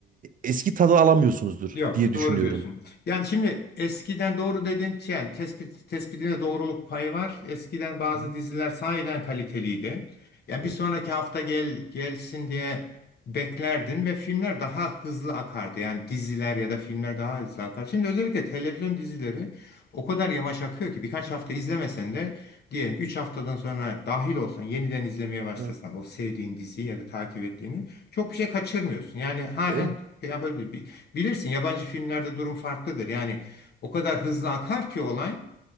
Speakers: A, on the right (about 45°); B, on the left (about 55°).
A: eski tadı alamıyorsunuzdur
B: Yok,
A: diye
B: doğru
A: düşünüyorum.
B: diyorsun. Yani şimdi eskiden doğru dedin, yani tespit, tespitinde doğruluk payı var. Eskiden bazı
A: Hı,
B: diziler sahiden kaliteliydi. Yani bir
A: Evet.
B: sonraki hafta gel gelsin diye beklerdin ve filmler daha hızlı akardı. Yani diziler ya da filmler daha hızlı akar. Şimdi özellikle televizyon dizileri o kadar yavaş akıyor ki birkaç hafta izlemesen de diyelim 3 haftadan sonra dahil olsan, yeniden izlemeye başlasan
A: Evet.
B: o sevdiğin diziyi ya da takip ettiğini çok bir şey kaçırmıyorsun. Yani halen
A: Evet.
B: şey yapabilir. Bilirsin yabancı filmlerde durum farklıdır. Yani o kadar hızlı akar ki olay.